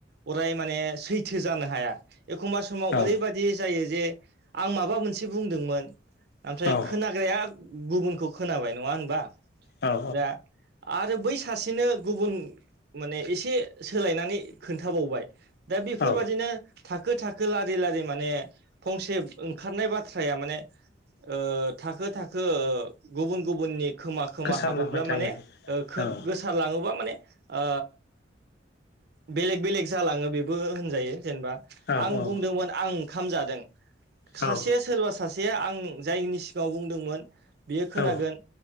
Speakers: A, on the right; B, on the left.
A: अराय माने सैथो जानो हाया। एखमबा समाव
B: औ
A: ओरैबायाददि जायो जे आं माबा मोनसे बुंदोंमोन ओमफ्राय
B: औ
A: खोन हाग्राया गुबुनखौ खोनाबाय नङा होनबा
B: औ
A: दा आरो बै सासेनो गुबुन माने एसे सोलायनानै खोन्थाबावबाय दा बेफोरबादिनो
B: औ
A: थाखो थाखो लारि लारि माने फंसे ओंखारनाय बाथ्राया माने ओ थाखो थाखो गुबुन गुबुननि खोमा खोमा
B: गोसारलांबाय
A: हाबोब्ला
B: थायो
A: माने
B: औ
A: गोसार लाङोबा माने ओ बेलेग बेलेग जालाङो बेबो होनजायो जेनेबा
B: औ
A: आं
B: औ
A: बुंदोंमोन आं ओंखाम जादों सासे
B: औ
A: सोरबा सासे आं जायनि सिगाङाव बुंदोंमोन बेयो खोनागोन
B: औ